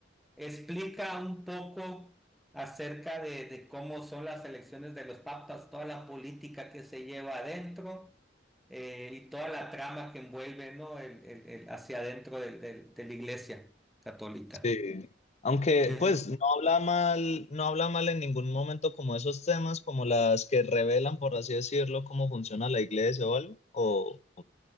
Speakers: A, in the centre; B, on the left.
A: Explica un poco acerca de, de cómo son las elecciones de los papas, toda la política que se lleva adentro eh, y toda la trama que envuelve, ¿no? el, el- el- hacia adentro del- del- de la iglesia católica.
B: Sí. Aunque,
A: Es-
B: pues, no habla mal, no habla mal en ningún momento como esos temas, como las que revelan, por así decirlo, cómo funciona la iglesia o algo. O...